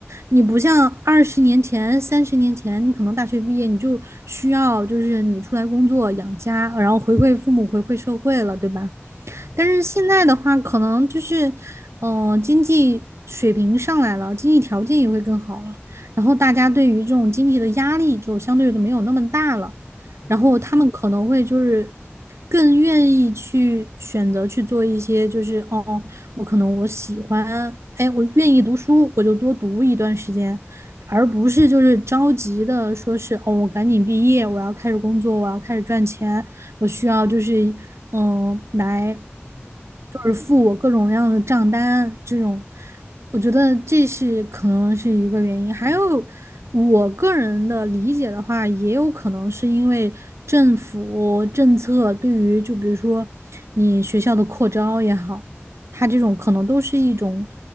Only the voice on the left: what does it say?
嗯
嗯
嗯
嗯